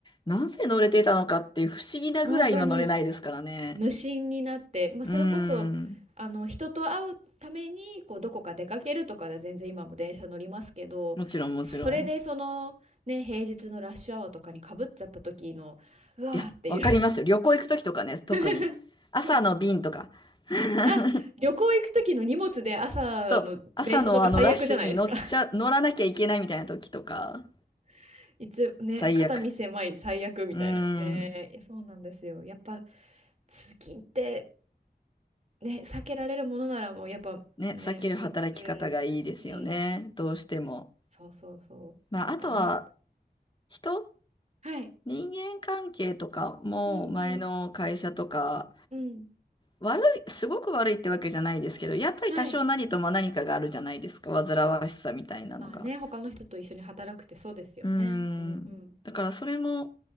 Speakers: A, on the left; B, on the right.
A: なぜ乗れてたのかっていう不思議なぐらい今乗れないですからね。
B: 本当に無心になって、まあ、
A: うん。
B: それこそあの人と会うためにこうどこか出かけるとかで全然今も電車乗りますけどそれでその、
A: もちろんもちろん。
B: ね、平日のラッシュアワーとかにかぶっちゃった時のうわーっていう
A: いや、わかりますよ。旅行行くときとかね、特に。
B: <laughs>
A: 朝の便とか。
B: そう
A: <laughs>
B: あ旅行行く時の荷物で朝の電車とか最悪じゃないですか
A: そう。朝のあのラッシュに乗っちゃ、乗らなきゃいけないみたいな時とか。
B: <laughs> 一応ね肩身狭い最悪みたいなねいやそうなんですよやっぱ
A: 最悪。うーん。
B: 通勤ってね、避けられるものならもうやっぱね、
A: ね、避ける働き方がいいですよね。
B: うん、うん、うん、
A: どうしても。
B: そうそうそう、
A: まあ、あとは
B: だな。
A: 人
B: はい。
A: 人間関係とかも前の会社とか
B: うん、うん、
A: 悪い、すごく悪いってわけじゃないですけど、やっぱり多少何とも何かがあるじゃないですか。
B: はい。
A: 煩わしさみたいなのが。
B: まあね、他の人と一緒に働くってそうですよね。
A: うー
B: うんうん。
A: ん。だからそれも